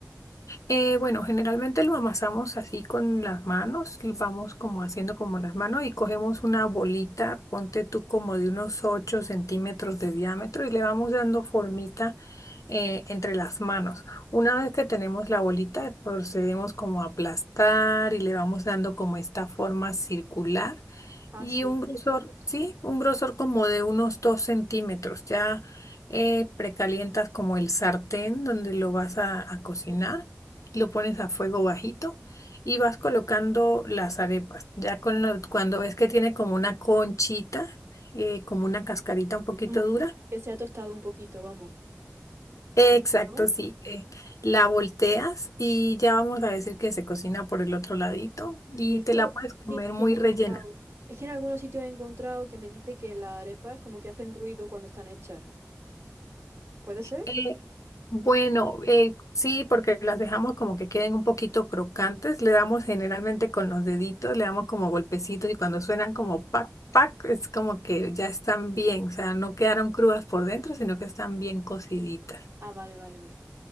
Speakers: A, on the left; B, on the right.
A: Eh, bueno, generalmente lo amasamos así con las manos, y vamos como haciendo como las manos y cogemos una bolita, ponte tú como de unos 8 centímetros de diámetro y le vamos dando formita eh, entre las manos. Una vez que tenemos la bolita, procedemos como a aplastar y le vamos dando como esta forma circular.
B: Ah,
A: Y
B: sí.
A: un grosor,
B: sí.
A: sí, un grosor como de unos dos centímetros. Ya eh, precalientas como el sartén donde lo vas a, a cocinar, lo pones a fuego bajito y vas colocando las arepas. Ya con lo- cuando ves que tiene como una conchita, eh, como una cascarita un poquito
B: Como
A: dura.
B: que se ha tostado un poquito, vamos.
A: Exacto,
B: ¿No?
A: sí. eh, la volteas y ya vamos a decir que se cocina por el otro ladito y
B: Y esto
A: te la puedes comer
B: que, que
A: muy
B: he encontrado.
A: rellena.
B: Es que en algunos sitios he encontrado que me dice que las arepas como que hacen ruido cuando están hechas. ¿Puede ser?
A: Eh, bueno, eh, sí, porque las dejamos como que queden un poquito crocantes. Le damos generalmente con los deditos, le damos como golpecitos y cuando suenan como
B: Ah,
A: pac, pac, es como que ya están bien, o sea, no quedaron crudas por dentro, sino que están bien cociditas.
B: ah, vale, vale, vale.